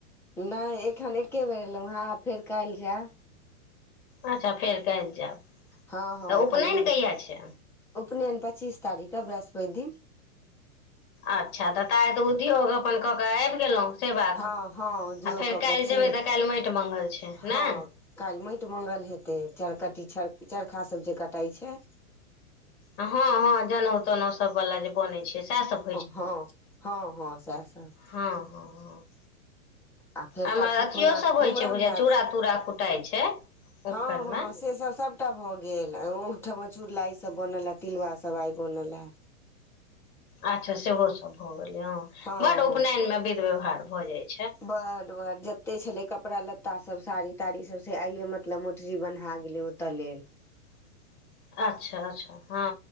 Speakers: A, in the centre; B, on the left.
A: नहि एखन एके बेर ऐलहुँ हँ आब फेर काल्हि जायब
B: अच्छा फेर काल्हि जायब
A: हँ हँ
B: तऽ
A: एखन
B: उपनयन कहिया छै
A: उपनयन पच्चीस तारीखके बृहस्पति दिन
B: अच्छा तऽ त आइ तऽ उद्योग अपन कऽ कऽ आबि गेलहुँ से बात
A: हँ हँ दियौ
B: आ फेर
A: कऽ
B: काल्हि
A: के चलि
B: जेबय तऽ काल्हि माटि मंगल छै
A: हँ
B: ने
A: काल्हि माटि मंगल हेते चरकटी चरखा सब जे कटाई छै
B: हँ हँ जनेउ तनेउ सब वाला जे बनै छै सएह सब
A: ओ हँ हँ हँ सैह सब
B: हँ हँ हँ
A: आ फेर
B: ओम्हर
A: परसू
B: अथियोसभ
A: खुना कुम्हरम
B: होइ छै बुझाय
A: हैत
B: चूड़ा तूरा कुटाइ छै
A: हँ
B: उखड़िमे
A: हँ से सब सभटा भऽ गेल आ ओहिठाम चुरलाइसभ बनल है तिलबा सभ आइ बनल ये
B: अच्छा सेहो सब भए गेले हं
A: हँ
B: बड उपनयन में विध व्यवहार भए जाय छै
A: बड बड जत्ते छलै कपड़ा लत्ता सब साड़ी ताड़ी सब से आइये मतलब मोटरी बन्हा गेलै ओ त लेल
B: <inaudible> अच्छा अच्छा हँ